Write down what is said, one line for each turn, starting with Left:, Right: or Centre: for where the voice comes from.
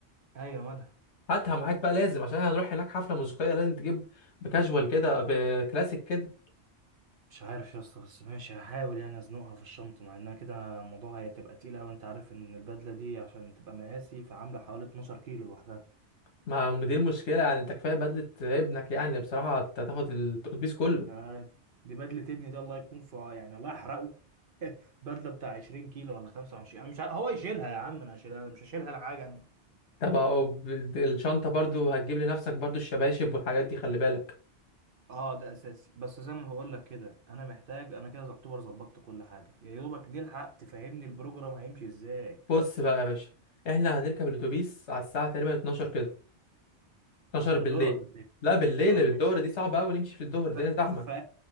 Right: ايوه مالها
Left: هاتها معاك بقى لازم عشان هنروح هناك حفله موسيقيه لازم تجيب بكاجوال كده بكلاسيك كده
Right: مش عارف يا اسطى بس ماشي هحاول يعني ازنقها في الشنطة مع انها كده الموضوع هتبقى تقيلة وانت عارف ان البدلة دي عشان تبقى مقاسي فعاملة حوالي 12 كيلو لوحدها
Left: ما ما دي المشكله يعني انت كفايه بدله ابنك يعني بصراحه هت- هتاخد الاتوبيس كله
Right: آه، دي بدلة ابني دي الله يكون في عا- يعني الله يحرقه <laughs> بدلة بتاع 20 كيلو ولا 25 انا مش عارف هو يشيلها يا عم انا هشيلها انا مش هشيلها لحاجة انا
Left: طب أهو ب- الشنطه برضو هتجيب لنفسك برضو الشباشب والحاجات دي خلي بالك
Right: اه ده اساسي بس زي ما بقول لك كده انا محتاج انا كده يعتبر ظبطت كل حاجة يا دوبك نلحق تفهمني البروجرام هيمشي ازاي
Left: بص بقى يا باشا احنا هنركب الاتوبيس على الساعه تقريبا 12 كده 12
Right: 12
Left: بالليل
Right: دولار ولا ايه
Left: لا بالليل
Right: اه
Left: الظهر
Right: ماشي
Left: دي صعبة قوي نمشي في الظهر
Right: ف...
Left: دي زحمة
Right: ف...